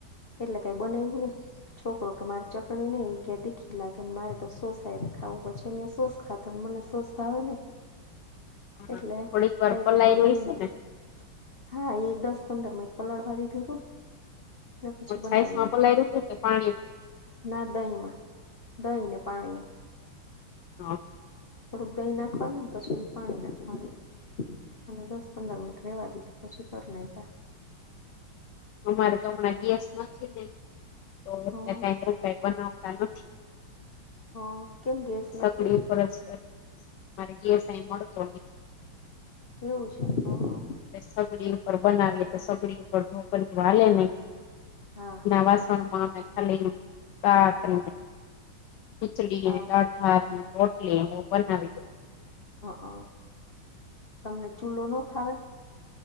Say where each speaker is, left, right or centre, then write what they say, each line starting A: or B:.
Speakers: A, on the left; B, on the left.
A: એટલે કઈ બનાવ્યુ નહી. છોકરો કે, મારી ચટણી નહી. ત્યા તીખી લાગે ને, મારે તો સોસને ખાવું, પછી સોસ ખાતો ને, મને સોસ ભાવે નહીં.
B: હા
A: એટલે
B: થોડીક વાર
A: કંઈક
B: પલાય્યું
A: બને
B: હોય
A: એવું
B: છે
A: નતું.
B: ને
A: હા, એ દસ-પંદર મિનિટ પલડવા દીધું તું ને, પછી બનાવી
B: છાઈસમાં
A: ને ખાયા.
B: <unintelligible> પાણી
A: ના, દહીંમાં દહીંને, પાણીએ.
B: હા.
A: થોડુંક દહીં નાખવાનું, પછી પાણી નાખવાનું, અને દસ-પંદર મિનિટ. રેવા દીધું, તો પછી કરી નાખ્યા.
B: અમારે તો હમણાં ગેસ નથી ને, તો
A: હા
B: એટલે આવું કઈ બનાવતા નથી.
A: હા કેમ ગેસ
B: સગડી
A: નથી
B: ઉપર જ <unintelligible> મારે ગેસઈ મોતો <unintelligible>
A: એવું છે, હા.
B: સગડી ઉપર બનાવીએ, તો સગડી ઉપર ઢોકળી હાલે નહી.
A: હા
B: વાસ
A: એનો
B: માં મેખા લ <unintelligible> શાક ને, ખીચડીને,
A: હા
B: દાળ-ભાત ને, રોટલી ને બનાવી. દે
A: હ, હ, તમને ચૂલો ના ફાવે.